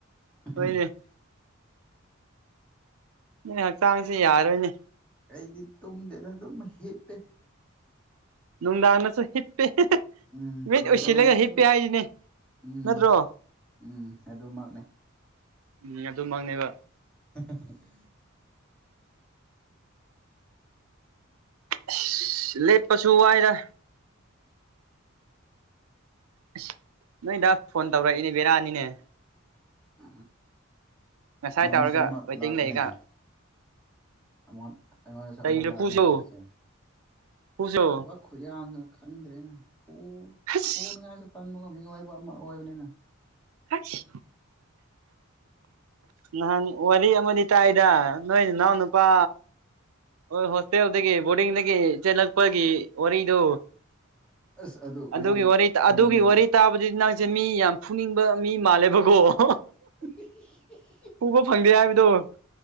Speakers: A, in the centre; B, on the right.
A: <unintelligible>
B: ꯍꯣꯏꯅꯦ ꯅꯣꯏ ꯍꯛꯆꯥꯡꯁꯦ ꯌꯥꯔꯣꯏꯅꯦ
A: ꯑꯩꯗꯤ ꯇꯨꯝꯗꯦꯗ ꯑꯗꯨꯝ ꯍꯤꯞꯄꯦ
B: ꯅꯨꯡꯗꯥꯡꯗꯁꯨ ꯍꯤꯞꯄꯦ
A: ꯎꯝ
B: ꯃꯤꯠ
A: ꯅꯨꯡꯗꯥꯡꯗꯁꯨ
B: ꯎꯏꯁꯤꯜꯂꯒ ꯍꯤꯞꯄꯦ ꯍꯥꯏꯁꯤꯅꯦ
A: ꯎꯝ
B: ꯅꯠꯇ꯭ꯔꯣ
A: ꯎꯝ ꯑꯗꯨꯃꯛꯅꯦ
B: ꯎꯝ ꯑꯗꯨꯃꯛꯅꯦꯕ
A: <unintelligible>
B: ꯑꯁ ꯂꯦꯞꯄꯁꯨ ꯋꯥꯏꯗ ꯑꯁ ꯅꯣꯏꯗꯥ ꯐꯣꯟ ꯇꯧꯔꯛꯏꯅꯦ ꯕꯦꯔꯅꯤꯅ‌ꯦ
A: ꯎ
B: ꯉꯁꯥꯏ
A: ꯑꯩꯉꯣꯟꯗꯁꯨ
B: ꯇꯧꯔꯒ
A: ꯑꯃ
B: ꯋꯦꯇꯤꯡ
A: ꯂꯥꯛꯏꯅꯦ
B: ꯂꯩꯒ
A: ꯑꯃ ꯑꯩꯉꯣꯟꯗꯁꯨ
B: ꯀꯩꯁꯨ
A: ꯑꯃ ꯂꯥꯛꯑꯅꯤ
B: ꯐꯨꯁꯨ
A: ꯍꯧꯖꯤꯛꯁꯦ
B: ꯐꯨꯁꯨ
A: ꯊꯕꯛ ꯈꯨꯌꯥꯝꯁꯨ ꯈꯪꯗ꯭ꯔꯦꯅ‌ꯦ ꯐꯨ
B: ꯑꯁ
A: ꯐꯨꯅꯤꯡꯉꯥꯏꯁꯨ ꯇꯟꯕ ꯃꯤ ꯑꯣꯏꯕ ꯑꯃ ꯑꯣꯏꯕꯅꯤꯅ
B: ꯑꯁ ꯅꯍꯥꯟ ꯋꯥꯔꯤ ꯑꯃꯗꯤ ꯇꯥꯏꯗ ꯅꯣꯏ ꯏꯅꯥꯎ ꯅꯨꯄꯥ ꯍꯣꯏ ꯍꯣꯁꯇꯦꯜꯗꯒꯤ ꯕꯣꯔꯗꯤꯡꯗꯒꯤ ꯆꯦꯜꯂꯛꯄꯒꯤ ꯋꯥꯔꯤꯗꯨ
A: ꯑꯁ ꯑꯗꯨ
B: ꯑꯗꯨꯒꯤ
A: ꯌꯥꯝ
B: ꯋꯥꯔꯤ
A: ꯀꯩꯅꯣꯅꯦ
B: ꯑꯗꯨꯒꯤ ꯋꯥꯔꯤ ꯇꯥꯕꯗꯤ ꯅꯪꯁꯦ ꯃꯤ ꯌꯥꯝ ꯐꯨꯅꯤꯡꯕ ꯃꯤ ꯃꯥꯜꯂꯦꯕꯀꯣ <unintelligible>
A: ꯍꯨꯝ ꯍꯨꯝ <unintelligible>
B: ꯎꯕ ꯐꯪꯗꯦ ꯍꯥꯏꯕꯗꯣ